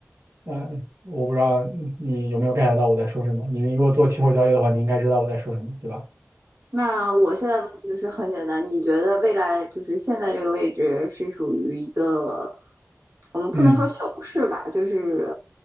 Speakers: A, on the right; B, on the right.
A: 呃。我不知道你有没有 get 到我在说什么。你如果做期货交易的话，你应该知道我在说什么，对吧？
B: 那我现在问题就是很简单，你觉得未来就是现在这个位置是属于一个，我们不能说熊市吧，
A: 嗯。
B: 就是